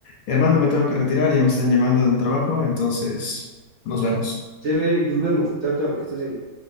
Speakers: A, on the left; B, on the right.
A: Hermano, me tengo que retirar, ya me están llamando del trabajo, entonces nos vemos.
B: Eric, nos vemos. Chao, chao, que estés bien.